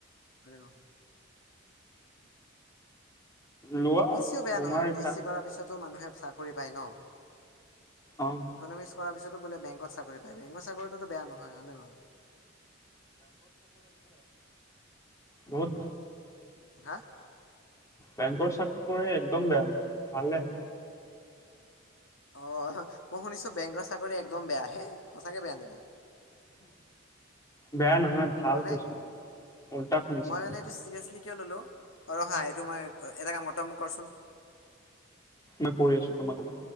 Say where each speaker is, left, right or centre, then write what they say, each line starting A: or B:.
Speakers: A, on the left (about 80°); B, on the left (about 15°).
A: উ
B: লোৱা
A: বি এছ চিও বেয়া
B: তোমাৰ
A: নহয় বি
B: ইচ্ছা
A: এছ চি কৰাৰ পিছতো মানুহে কৰিবাই ন
B: অ
A: ইকনমিক্স কৰা পিছতো বেংকত চাকৰি বেংগ চাকৰিটো বেয়া নহয় হয়নে নহয়।
B: হুম
A: হা
B: বেংকৰ চাকৰি একদম বেয়া নহয় ভালে।
A: অ মই শুনিছো বেংকৰ চাকৰি একদম বেয়া হে সঁচাকে বেয়া নেকি।
B: বেয়া নহয় ভাল
A: মানে
B: কৈছো মই উল্টা শুনিছো
A: মই মানে এইটো চিৰিয়াচলি কিয় ললো অ ৰহা এইটো মই এটা কাম কৰ তই মোক কৰচোন।
B: মই কৰি আছো তোমাক।